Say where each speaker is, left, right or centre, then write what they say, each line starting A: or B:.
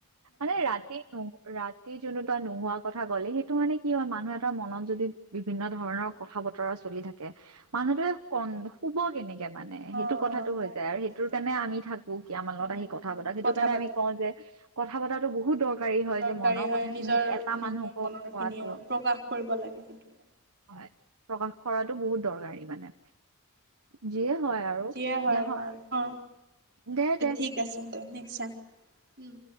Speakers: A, on the right; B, on the right.
A: মানে ৰাতি ন ৰাতি যোনটো তই নুশুৱা কথা ক'লি সেইটো মানে কি হয় মানুহ এটাৰ মনত যদি বিভিন্ন ধৰণৰ কথা-বতৰা চলি থা কে মানুহটোৱে কন শুব কেনেকে? মানে সেইটো
B: অ
A: কথাটো
B: অ
A: হৈ
B: তাকে
A: যায় আৰু সেইটোৰ
B: তাকে
A: কাৰণে আমি থাকোঁ কি আমাৰ
B: উম
A: লগত আহি কথা
B: উম
A: পাতক সেইটো
B: কথা
A: মানে
B: পাতা
A: আমি কওঁ যে ক কথা পাতাটো ব বহুত দৰকাৰী হয়
B: দৰকাৰী
A: যে মনৰ
B: হয়
A: কথাখিনি
B: নিজৰ
A: এটা
B: নিজৰ
A: মানুহক
B: মনৰ
A: কোৱাটো,
B: খিনি প্ৰকাশ কৰিব লাগে সেইটো
A: হয় প্ৰকাশ কৰাটো বহুত দৰকাৰী মানে, যিয়ে হয় আৰু
B: যিয়ে হয়
A: নহ
B: বাৰু অ
A: দে, দে।
B: ঠিক আছে দে নেক্সট টাইম উম।